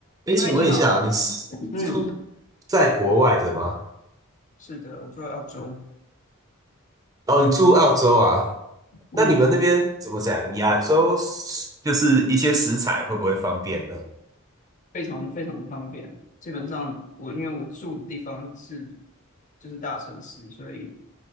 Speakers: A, on the right (about 15°); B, on the left (about 35°).
A: 哎，请问一下啊，
B: 嗨，你好。
A: 你是住
B: 嗯，
A: 在国外的吗？
B: 是的，我住在澳洲。
A: 哦，你住澳洲啊？
B: 嗯，
A: 那你们那边怎么讲？亚洲食就是一些食材会不会方便呢？
B: 非常非常的方便。基本上我因为我住的地方是就是大城市，所以